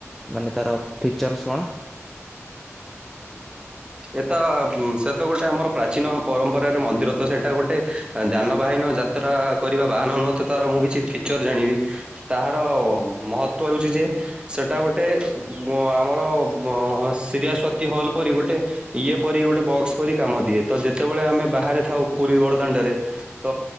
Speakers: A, in the centre; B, on the right.
A: ମାନେ ତାର ଫିଚର୍ସ କଣ?
B: ଏଟ ସେ ତ ଗୋଟେ ଆମର ପ୍ରାଚୀନ ପରମ୍ପରାରେ ମନ୍ଦିର ତ ସେଇଟା ଗୋଟେ ଯାନବାହିନ ଯାତ୍ରା କରିବା ବାହାନ ନୁହ ତ ତାର ମୁଁ କିଛି ଫିଚର ଜାଣିବି ତାହାର ମହତ୍ଵ ହଉଛି ଯେ ସେଟା ଗୋଟେ ଗଁ ଆମର ଅଁ ସିରିଆସ୍ୱତି ହଲ୍ ପରି ଗୋଟେ ଇଏ ପରି ଗୋଟେ ବକ୍ସ ପରି କାମ ଦିଏ ତ ଯେତେବେଳେ ଆମେ ବାହାରେ ଥାଉ ପୁରୀ ବଡ଼ଦାଣ୍ଡଟାରେ ତ